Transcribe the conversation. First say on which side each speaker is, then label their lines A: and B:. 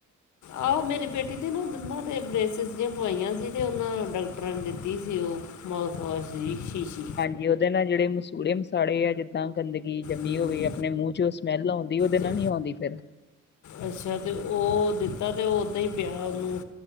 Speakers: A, on the left; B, on the left.
A: ਆਹੋ ਮੇਰੀ ਬੇਟੀ ਤੇ ਦੰਦਾ ਤੇ ਬ੍ਰੈਸਿਸ ਜੀ ਪਈਆਂ ਸੀ ਤੇ ਉਹਨਾਂ ਡਾਕਟਰਾਂ ਨੇ ਦਿੱਤੀ ਸੀ ਉਹ ਮਾਊਥਵਾਸ਼ ਦੀ ਸ਼ੀਸ਼ੀ।
B: ਵੀ ਔਦੇ ਨਾਲ ਜਿਹੜੇ ਮਸੂੜੇ -ਮਸਾੜੇ ਹੈਗੇ ਦਾਂ ਗੰਦਗੀ ਜੰਮੀ
A: ਹਮ,
B: ਹੋਵੇ ਆਪਣੇ ਮੂੰਹ ਚ ਉਹ ਸਮੈਲ ਆਉਂਦੀ ਉਹਦੇ ਨਾਲ
A: ਤੇ
B: ਨੀ ਆਉਂਦੀ ਫਿਰ।
A: ਅੱਛਾ ਤੇ ਉਹ ਦਿੱਤਾ ਤੇ ਉਹ ਓਦਾਂ ਹੀ ਪਿਆ ਉਹਨੂੰ